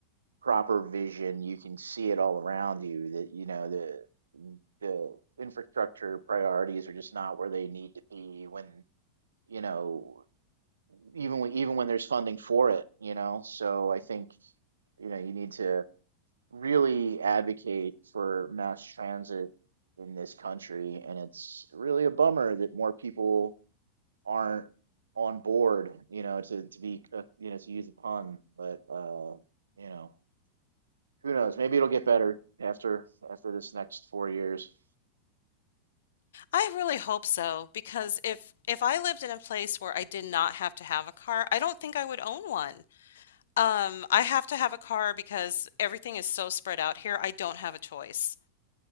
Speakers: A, on the right (about 70°); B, on the left (about 60°).
A: proper vision, you can see it all around you that you know the mm, the infrastructure priorities are just not where they need to be when you know even when even when there's funding for it, you know. So I think you know you need to really advocate for mass transit in this country, and it's really a bummer that more people aren't on board, you know, to to be uh, you know to use a pun, but uh, you know who knows? Maybe it'll get better after after this next four years.
B: I really hope so because if if I lived in a place where I did not have to have a car, I don't think I would own one. Um, I have to have a car because everything is so spread out here. I don't have a choice.